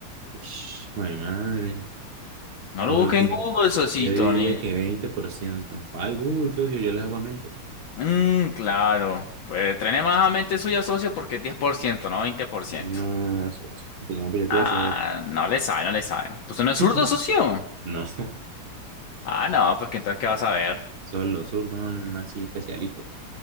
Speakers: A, on the right (about 70°); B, on the left (about 70°).
A: ush, jue de madre.
B: No
A: No
B: lo busque
A: creo que.
B: en Google, Socito,
A: Yo diría
B: ni...
A: que 20%. Ay, Google, socio, yo les hago a mente.
B: Mm, claro. Pues trene más a mente suya, socio, porque es 10%, no 20%.
A: No, socio. Pues no, pues yo quiero
B: Ah,
A: saber.
B: no le sabe, no le sabe. Pues no es
A: <laughs>
B: zurdo, socio.
A: No,
B: Ah, no, pues que entonces, ¿qué vas a ver?
A: solo los zurdos así especialitos.